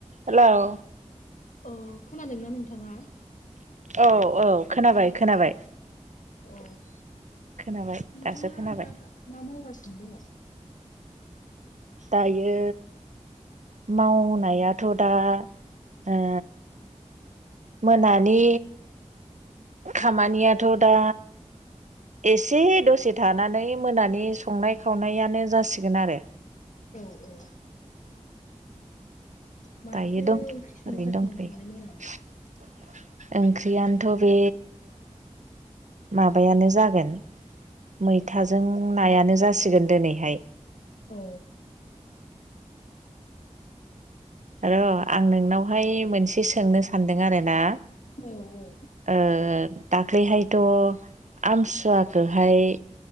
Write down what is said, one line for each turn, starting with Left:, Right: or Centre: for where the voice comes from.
Right: Hello
Left: अ खोनादोंना नोंथाङा
Right: औ औ खोनाबाय खोनाबाय
Left: अ
Right: खोनाबाय
Left: नोंथाङा
Right: दासो खोनाबाय
Left: दा मा मावगासिनो दङ
Right: दायो मावनायाथ दा ओ मोनानि खामानियाथ दा एसे दसे थानानै मोनानि संनाय खावनायानो जासिगोन आरो
Left: औ औ माथो
Right: दायो दंथ
Left: ओंख्रि संनो
Right: ओरैनो
Left: सानखो
Right: दंथयो
Left: नोंथाङालाय मोनानि?
Right: ओंख्रियानोथ बे माबायानो जागोन मैथाजों नायानो जासिगोन दिनैहाय
Left: औ
Right: र आं नोंनावहाय मोनसे सोंनो सानदों आरो ना
Left: औ औ
Right: ओ दाख्लैहायथ आमसुवाखोहाय